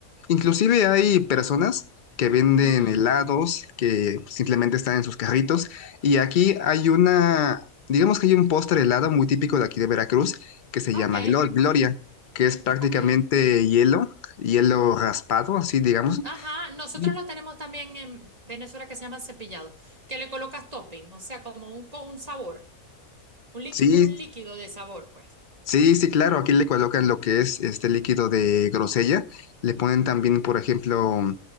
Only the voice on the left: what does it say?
inclusive hay personas que venden
helados, que simplemente están en sus carritos. Y aquí hay una, digamos que hay un postre helado muy típico de aquí de Veracruz que se
llama glo- Gloria, que es prácticamente
hielo, hielo raspado, así digamos.
Y
Sí,
Sí, sí, claro, aquí le colocan lo que es este líquido de grosella, le ponen también, por ejemplo, mm,